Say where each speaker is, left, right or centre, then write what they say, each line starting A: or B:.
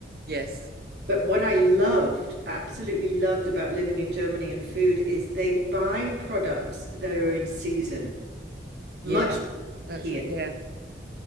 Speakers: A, on the right; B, on the right.
A: Yes.
B: But what I loved, absolutely loved about living in Germany and food is they buy products that are in season, much
A: Yeah, that's
B: here.
A: right. Yeah.